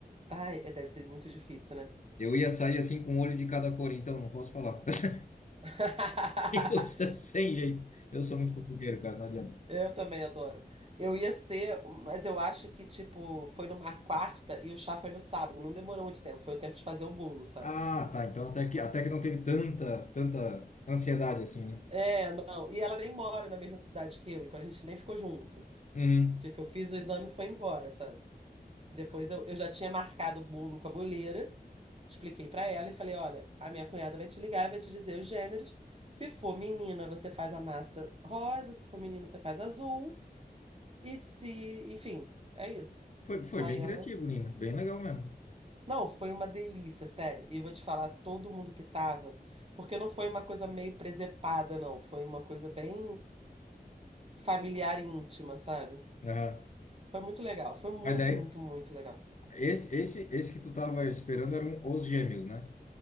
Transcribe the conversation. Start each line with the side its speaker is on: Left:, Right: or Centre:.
Right: ai, deve ser muito difícil, né?
Left: Eu ia sair assim com um olho de cada cor, então não posso falar. <laughs>
Right: <laughs>
Left: E Você Sem jeito. Eu sou muito fofoqueiro, cara, não adianta.
Right: Eu também adoro. Eu ia ser, mas eu acho que, tipo, foi numa quarta e o chá foi no sábado. Não demorou muito tempo, foi o tempo de fazer o bolo, sabe?
Left: Ah, tá. Então até que, até que não teve tanta, tanta ansiedade assim, né?
Right: É, não. E ela nem mora na mesma cidade que eu, então a gente nem ficou junto.
Left: Uhum.
Right: Tipo, eu fiz o exame e foi embora, sabe? Depois eu, eu já tinha marcado o bolo com a boleira, expliquei pra ela e falei: olha, a minha cunhada vai te ligar, e vai te dizer os gêneros. Se for menina, você faz a massa rosa, se for menino, você faz azul. E se, enfim, é isso.
Left: Foi, foi
Right: Aí
Left: bem
Right: ela
Left: criativo, Nina. Bem legal mesmo.
Right: Não, foi uma delícia, sério. E vou te falar, todo mundo que tava, porque não foi uma coisa meio presepada, não. Foi uma coisa bem familiar e íntima, sabe?
Left: Aham.
Right: Foi muito legal. Foi muito,
Left: Mas daí,
Right: muito, muito legal.
Left: esse, esse, esse que tu tava esperando eram os gêmeos, né?